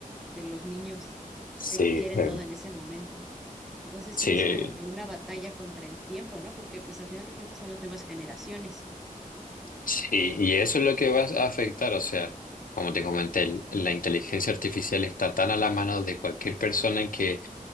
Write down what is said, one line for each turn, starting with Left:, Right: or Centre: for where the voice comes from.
Centre: de los niños,
Left: sí,
Centre: de que quieren
Left: eh,
Centre: todo en ese momento. Entonces
Left: sí.
Centre: sí es como que una batalla contra el tiempo, ¿no? Porque pues al final de cuentas son las nuevas generaciones.
Left: Sí, y eso es lo que va a afectar, o sea, como te comenté, el- la inteligencia artificial está tan a la mano de cualquier persona que